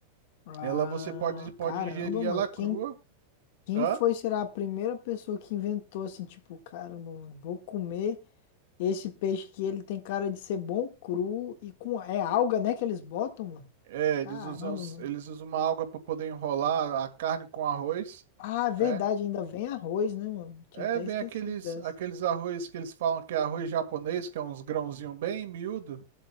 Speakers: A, on the left; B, on the right.
A: Ah,
B: Ela você pode, pode
A: caramba,
B: ingerir ela
A: mano.
B: crua.
A: Quem, quem
B: Hã?
A: foi será a primeira pessoa que inventou assim, tipo, caramba, mano, vou comer esse peixe que ele tem cara de ser bom cru e com é alga, né, que eles botam, mano?
B: É,
A: Caramba,
B: eles usam, s-
A: mano.
B: eles usam uma alga para poder enrolar a carne com arroz,
A: Ah, é verdade,
B: né?
A: ainda vem arroz, né, mano? Tinha
B: É,
A: até
B: vem
A: esquecido
B: aqueles,
A: dessa.
B: aqueles arroz que eles falam que é arroz japonês, que é uns grãozinhos bem miúdo.